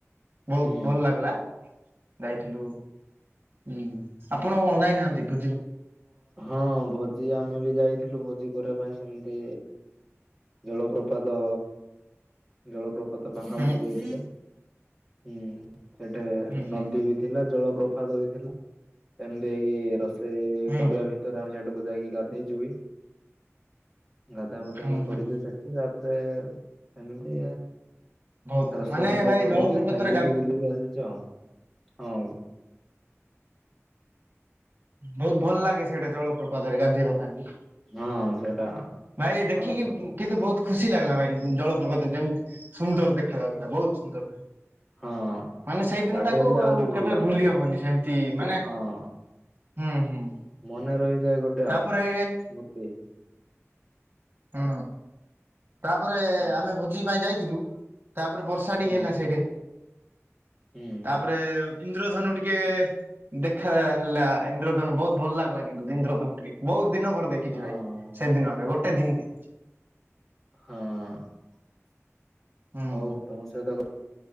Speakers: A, on the right; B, in the centre.
A: ବହୁତ
B: ହୁଁ
A: ଭଲ ଲାଗିଲା ଯାଇଥିଲୁ, ହୁଁ। ଆପଣ କଣ ଯାଇନାହାଁନ୍ତି? ଭୀ
B: ହଁ ଭୋଜି ଆମେ ବି ଯାଇଥିଲୁ ଭୋଜି କରିଆ ପାଇଁ ସେମତି ଜଳପ୍ରପାତ ଜଳପ୍ରପା ପ୍ରପାତ ପାଖାପାଖି
A: ହୁଁ
B: ଯାଇଥିଲୁ। ହୁଁ। ସେଠି
A: ହୁଁ ହୁଁ
B: ନଦୀ ବି ଥିଲା ଜଳପ୍ରପାତ ବି ଥିଲା। ସେମତି ଯାଇକି ରୋଷେଇ
A: ହୁଁ
B: କରିବା ଭିତରେ ଆମେ ସେଟାକୁ ଯାଇକି ଗାଧେଇଚୁ ବି। ଗାଧୁଆ ପାଧୁଆ
A: ହୁଁ
B: ବି
A: ହୁଁ।
B: କରିଚୁ
A: ହୁଁ।
B: ସେଟି। ତାପରେ ସେମିତି
A: ବହୁତ
B: ଆ ରୋଷେଇ
A: ମାନେ
B: ଫୋଷେଇ
A: ଭାଇ
B: କରିକି
A: ଜଳପ୍ରପାତରେ
B: ଖାଇ ପିଇକି
A: ଗା
B: ବୁଲିକି ଆସିଚୁ ଆଉ। ହଉ।
A: ବହୁତ ଭଲ ଲାଗେ ସେଇଟା ଜଳପ୍ରପାତରେ ଗାଧେଇବା ପାଇଁ ବି।
B: ହଁ ସେଇଟା
A: ଭାଇ ଦେଖିକି
B: ହଁ
A: ଉଂ କିନ୍ତୁ ବହୁତ ଖୁସି ଲାଗିଲା ଭାଇ ଉ ଜଳପ୍ରପାତ ଯେମ ସୁନ୍ଦର ଦେଖା ଯାଉଥିଲା ବହୁତ ସୁନ୍ଦର।
B: ହଁ
A: ମାନେ ସେଇଦିନଟାକୁ
B: ଗାଧେଇଲେ ଆହୁରି
A: ଆଉ
B: ଭଲ
A: କେବେ
B: ଲାଗୁଛି
A: ଭୁଲି ହବନି ସେମିତି ମାନେ
B: ହଁ
A: ହୁଁ ହୁଁ।
B: ମନେ ରହିଯାଏ ଗୋଟେ
A: ତାପରେ
B: ଆଉ ସ୍ମୃତି।
A: ହୁଁ। ତାପରେ
B: ହୁଁ
A: ଆମେ ଭୋଜି ପାଇଁ ଯାଇଥିଲୁ ତାପରେ ବର୍ଷା ଟିକେ
B: ହୁଁ
A: ହେଲା ସେଇଠେ
B: ହୁଁ
A: ତାପରେ ଇନ୍ଦ୍ରଧନୁ ଟିକେ ଦେଖା ହେଲା ଇନ୍ଦ୍ରଧନୁ ବହୁତ ଭଲ ଲାଗିଲା କିନ୍ତୁ ଇନ୍ଦ୍ରଧନ ଟିକେ ବହୁତ ଦିନ ପରେ ଦେଖିଛିୁ
B: ହଁ
A: ଭାଇ
B: ହଁ ହଁ
A: ସେଦିନ ଆଗେ ଗୋଟେ ଦିନ ଦେଖ
B: ହଁ।
A: ହୁଁ
B: ହଉ ତମ ସହିତ <unintelligible>